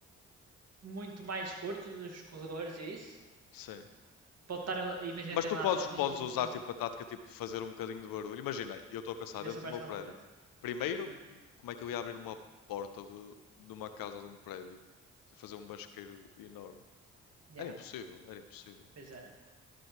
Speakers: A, on the right; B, on the left.
A: muito mais curtos os corredores e isso.
B: Sim.
A: Pode estar, imagina
B: Mas
A: que tem
B: tu
A: lá
B: podes,
A: zombies
B: podes
A: e então
B: usar tipo a tática tipo fazer um bocadinho de barulho. Imagina, eu estou a pensar
A: e
B: dentro
A: ver se aparece
B: do meu prédio.
A: alguma coisa.
B: Primeiro,
A: Ah,
B: como é que eu ia abrir uma porta de, de uma casa de um prédio? Se fazer um basqueiro enorme.
A: yeah,
B: Era impossível, era impossível.
A: pois era.